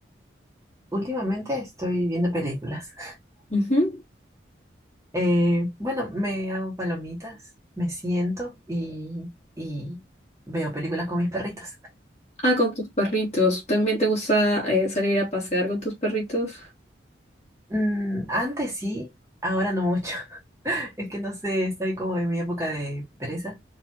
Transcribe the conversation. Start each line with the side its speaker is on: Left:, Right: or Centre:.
Right: últimamente estoy viendo películas. <laughs>
Left: Ujú.
Right: Eh, bueno, me hago palomitas, me siento y, y veo películas con mis perritos.
Left: Ah, con tus perritos. ¿También te gusta eh, salir a pasear con tus perritos?
Right: Mm, antes sí, ahora no mucho. <laughs> Es que no sé, estoy como en mi época de pereza,